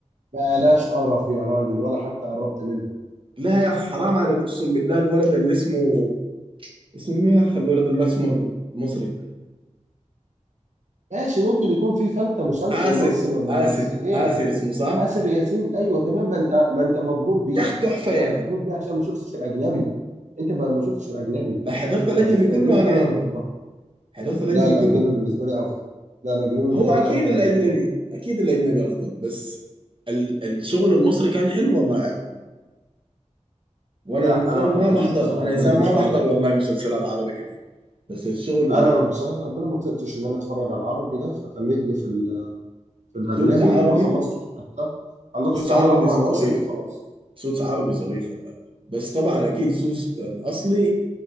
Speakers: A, on the right; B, on the right.
A: بلاش قرف يا راجل ولا حتى قربت منها
B: لا يا أخ حرام عليك أقسم بالله الولد اللي اسمه اسمه مين يا أخ الولد الأسمر ده المصري
A: ماشي ممكن يكون في فلتة مسل- ممثل
B: آسر
A: ولا ممثلين
B: آسر آسر اسمه صح؟
A: آسر ياسين ايوه تمام ما انت ما انت مبهور بيه
B: يا أخ تحفة
A: انت
B: يا
A: مبهور
B: مان.
A: بيه عشان ما شفتش الاجنبي انت ما ما شفتش الاجنبي
B: لا حضرت الأجنبي
A: لو شفت الاجنبي
B: كله
A: فانا
B: أنا يا مان.
A: هتنبهر
B: حضرت الأجنبي
A: لا الاجنبي
B: كله
A: بالنسبه لي افضل لا الاجنبي
B: هو
A: بالنسبه
B: أكيد
A: لي افضل
B: الأجنبي
A: 200 مره
B: أكيد الأجنبي أفضل بس ال- الشغل المصري كان حلو والله وانا
A: لا
B: انسان
A: انا ما حبيتوش
B: ما بحضر
A: بصراحه
B: انا انسان
A: ما اكذبش
B: ما بحضر
A: عليك
B: والله مسلسلات عربي كتير بس الشغل ال-
A: انا بصراحه ربنا ما طقتش ان انا اتفرج على العربي ده فتنتني في ال- في الاجنبي
B: السوتس عربي
A: ما خلصتوش حتى خلصت
B: سوتس
A: اول
B: عربي
A: اربع
B: ظريف
A: مواسم وخلاص
B: سوتس عربي ظريف والله بس طبعا اكيد سوتس الاصلي